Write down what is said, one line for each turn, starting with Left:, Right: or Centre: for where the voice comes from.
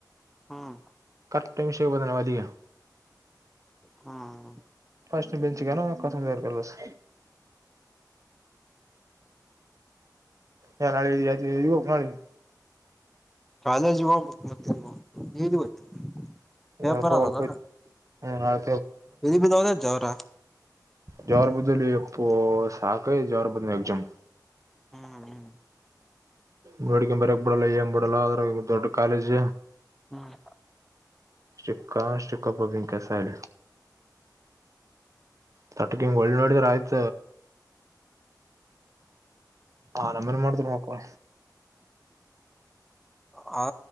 Centre: ಹ್ಮ್
Right: <unintelligible> ವಿಷಯ ಬಾನವಾದಗ
Centre: ಹ್ಮ್
Right: ಫಸ್ಟ್ ಬೆಂಚ್ ಗೇನ್ ಕಸದೇವರ ಕಳ್ಸ್ ನಾ ನಾಳೆ ಎಲ್ಲಿಗೆ ಹೋಗಬೇಕ್ ನಾಳೆ
Centre: ಕಾಲೇಜಗ ಮುಕ್ಮತ್ಲ್ವ ನೀವತು ಪೇಪರ್
Right: ಏನಪ್ಪ
Centre: ಅದ
Right: ಹೊಲ್ಕೋಯ್ತು ಹ್ಮ್ ನಾಳೆ
Centre: ಇದ ಬಿದ ಅವರ ಜ್ವರ
Right: ಜಾರಿ ಬಿದ್ದೇಲಿ ಯಪ್ಪಾ ಸಾಕಗಿ ಜಾರ ಬಿದ್ನಿ ಎಜಾಮ
Centre: ಹ್ಮ್ ಹ್ಮ್
Right: ನೋಡಕೆಂಬ ಬರಕ್ ಬರಲ್ಲ ಏನ್ ಬಿಡಲ್ಲ ಅದ್ರಾಗ ದೊಡ್ಡ ಕಾಲೇಜ್
Centre: ಹ್ಮ್
Right: ಶಕ್ಕಾ ಶಕ್ಕಾಬಬಂಕ ಸಳ ತಟಕಿಂಗ ಗೋಳ್ಳ ನೋಡಿದರ್ ಆಯ್ತ ಹ ನಮ್ಮನ್ ಮಾಡಿದ್ರ ಹಾಕಳ
Centre: ಹಾ